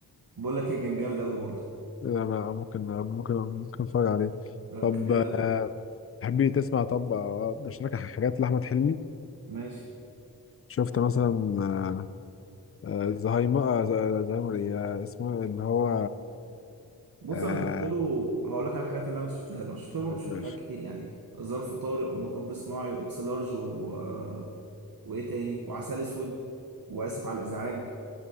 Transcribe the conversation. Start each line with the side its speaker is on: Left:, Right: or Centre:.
Right: بقول لك ايه كان جامد قوي برضه
Left: آه، انا ممكن ممكن ممكن اتفرج عليه
Right: آه،
Left: طب
Right: كان جامد
Left: آه،
Right: قوي
Left: تحبي تسمع طب آه، اشارك حاجات لاحمد حلمي
Right: ماشي
Left: شفت مثلا آه، آه، زهايمر آه، ز- آه، زهايمر ايه آه، اسمه اللي هو
Right: بص
Left: آه،
Right: انا شفت له هقول لك على الحاجات اللي انا شفتها له انا شفت له برضه
Left: طب
Right: شويه
Left: ماشي
Right: حاجات كتير يعني ظرف طارق ومطب صناعي واكس لارج و... آه، وايه تاني وعسل اسود واسف على الازعاج